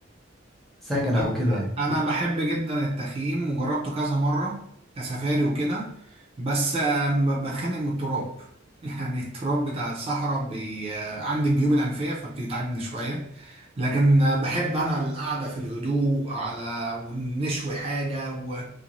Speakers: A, in the centre; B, on the right.
A: السكن
B: انا
A: او كده يعني
B: أنا بحب جدا التخييم وجربته كذا مره كسفاري وكده بس آه، ب- بتخانق من التراب <laughs> يعني التراب بتاع الصحراء بي... آه، عندي الجيوب الانفيه فبتتعبني شويه لكن آه، بحب انا القعده في الهدوء على ونشوي حاجه و-